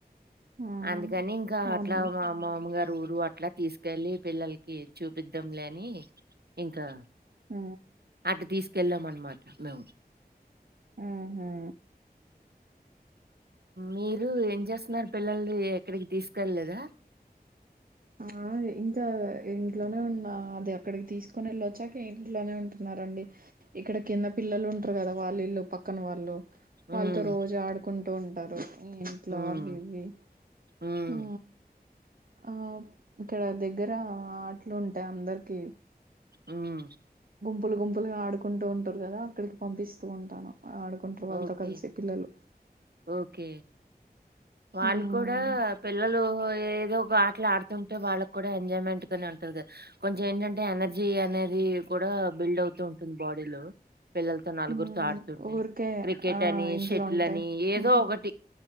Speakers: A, on the right; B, on the right.
A: హ్మ్
B: అందు కని ఇంకా
A: అవునండి
B: అట్లా మా అమ్మ అమ్మ గారు ఊరు అట్లా తీస్ వెళ్ళి పిల్లలకి చూపిద్దాం లేని ఇంకా
A: ఆ
B: అటు తీసుకెళ్ళాము అన్నమాట మేము
A: ఉహు
B: మీరు ఏం చేస్తున్నారు పిల్లల్న్ని ఎక్కడికి తీసుకెళ్లేదా
A: ఆ ఇంకా ఇంట్లోనే ఉన్నా అది అక్కడికి తీసుకొని వెళ్ళొచ్చాక ఇంట్లోనే ఉంటున్నారు అండి ఇక్కడ కింద పిల్లలు వుంట్రూ కదా వాళ్ళు ఇల్ళు పక్కన వాళ్ళు
B: హ్మ్.
A: వాళ్ళతో రోజు ఆడుకుంటూ ఉంటారు ఇంట్లో
B: హ్మ్.
A: అవి ఇవి
B: హ్మ్.
A: ఆ ఆ ఇక్కడ దగ్గర ఆటలు ఉంటాయి అందరికి
B: ఉమ్
A: ఉప్పులు గుంపులుగా ఆడుకుంటూ ఉంటారు కదా అక్కడికి పంపిస్తూ ఉంటను ఆడుకుంటరు వాళ్ళతో
B: ఓకే.
A: కలిసి పిల్లలు
B: ఓకే. వాళ్ళు
A: హ్మ్
B: కూడా పిల్లలు ఏదో ఒక ఆటలు ఆడుతుంటే వాళ్ళ కూడా ఎంజాయ్మెంట్ గానే ఉంటది కదా కొంచెం ఏంటంటే ఎనర్జీ అ అనేది కూడా బిల్డ్ అవుతూ ఉంటుంది బాడీలో పిల్లలతో నలుగురితో
A: హ్మ్
B: ఆడుతుంటే
A: ఊరికే
B: క్రికెట్
A: ఆ
B: అని
A: ఇంట్లో
B: షటిల్
A: ఉంటే
B: అని ఏదో
A: హ్మ్
B: ఒకటి